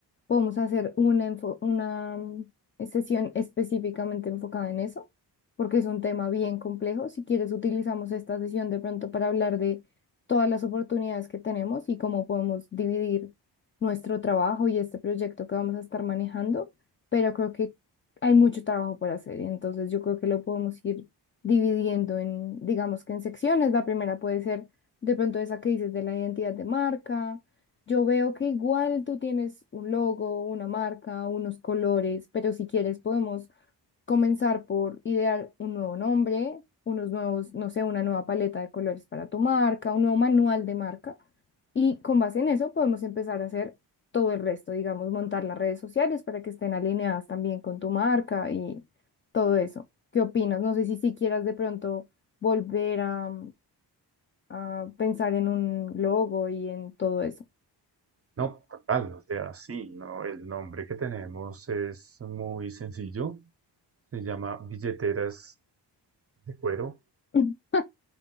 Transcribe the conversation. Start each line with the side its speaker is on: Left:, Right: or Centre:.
Left: podemos hacer una, enfo- una mm, sesión específicamente enfocada en eso, porque es un tema bien complejo. Si quieres, utilizamos esta sesión de pronto para hablar de todas las oportunidades que tenemos y cómo podemos dividir nuestro trabajo y este proyecto que vamos a estar manejando, pero creo que hay mucho trabajo por hacer, entonces yo creo que lo podemos ir dividiendo en, digamos que en secciones. La primera puede ser de pronto esa que dices de la identidad de marca. Yo veo que igual tú tienes un logo, una marca, unos colores, pero si quieres podemos comenzar por idear un nuevo nombre, unos nuevos, no sé, una nueva paleta de colores para tu marca, un nuevo manual de marca. Y con base en eso podemos empezar a hacer todo el resto, digamos, montar las redes sociales para que estén alineadas también con tu marca y todo eso. ¿Qué opinas? No sé si si quieras de pronto volver a a pensar en un logo y en todo eso.
Right: No, total, o sea, sí, no, el nombre que tenemos es muy sencillo, se llama billeteras de cuero.
Left: <laughs>